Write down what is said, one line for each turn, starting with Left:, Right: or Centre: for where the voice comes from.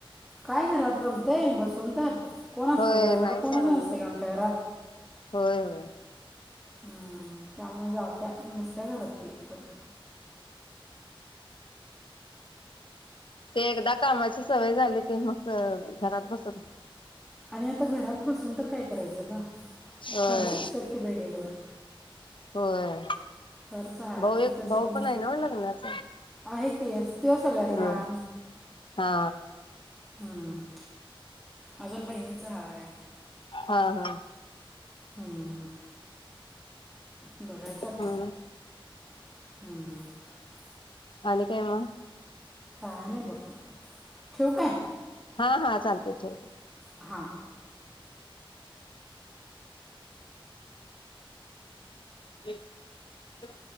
Centre: काय घरात गमतय बसून तर कोण असतय
Left: होय
Centre: घराकड
Left: नाही
Centre: कोणाच
Left: सोडलं
Centre: नसतंय
Left: मग.
Centre: अग आमच्या घरात
Left: होय होय
Centre: हम्म त्यामुळे जात्या नसत्या घरात ती पण
Left: ते एकदा कामाची सवय झाली की मग घरात बसत
Centre: आणि आता घरात बसून तर काय करायचं ग
Left: होय.
Centre: खर्च असत्यात कि बाई ढिगभर
Left: होय
Centre: खर्च हाय
Left: भाऊ
Centre: ते
Left: एक
Centre: तर
Left: भाऊ
Centre: सगळं
Left: पण आहे ना लग्नाचा.
Centre: आहे की त्यो सगळ्यात
Left: होय.
Centre: लहान
Left: हा
Centre: हम्म अजून बहिणीच हाय
Left: हा हा
Centre: हम बघायचं
Left: हम्म
Centre: आता हूं
Left: आणि काय मग
Centre: काय नाय बघ ठिऊ काय.
Left: हा हा चालतंय ठेव ठेव
Centre: हा
Left: वि द्या